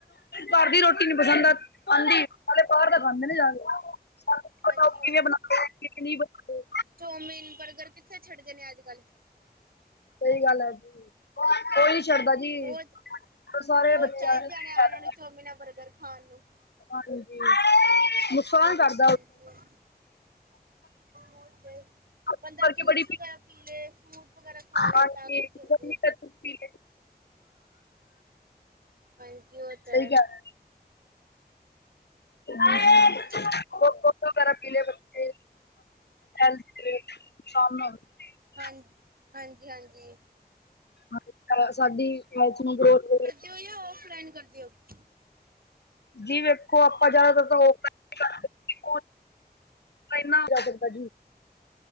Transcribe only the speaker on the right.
ਹਾਂਜੀ
ਚੌਮੀਨ, ਬਰਗਰ ਕਿੱਥੇ ਛੱਡਦੇ ਨੇ ਅੱਜ ਕੱਲ੍ਹ
ਹਾਂਜੀ
ਰੋਜ਼
ਰੋਜ਼
ਚਾਹੀਦੇ
ਇਹਨਾਂ ਨੂੰ ਚੌਮਿਨਾ ਖਾਣ ਨੂੰ
ਹਾਂ ਓਹੀ ਤੇ
ਬੰਦਾ ਜੂਸ
ਵਗੈਰਾ ਪੀ ਲਏ ਫਰੂਟ ਵਗੈਰਾ ਖਾ ਲਏ
ਤਾਕਤ ਦਿੰਦੇ
ਆ।
ਹਾਂਜੀ ਔ ਤੈ
ਹੋਰ ਸੁਣਾਓ ਤੁਸੀਂ
ਹਾਂਜ- ਹਾਂਜੀ-ਹਾਂਜੀ।
ਯੋ-ਯੋ ਔ ਫਰੈਂਡ ਕਰਦੀ ਔਦ